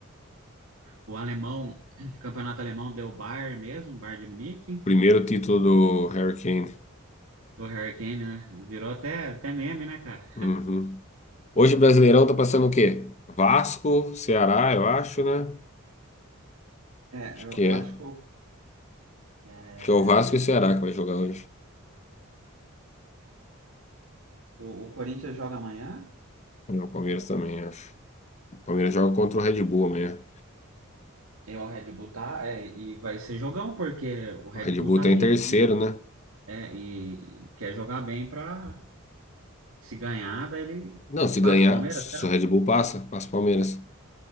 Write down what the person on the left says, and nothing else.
primeiro título do Harry Kane.
Uhum. Hoje o Brasileirão tá passando o quê? Vasco, Ceará, eu acho, né?
Acho
que
é.
Acho
que é o Vasco e o Ceará que vai jogar hoje.
E O Palmeiras também, acho. O Palmeiras joga contra o Red Bull amanhã.
O Red
Bull
tá
em terceiro, né?
Não, se
ganhar,
se
o Red Bull passa, passa o Palmeiras.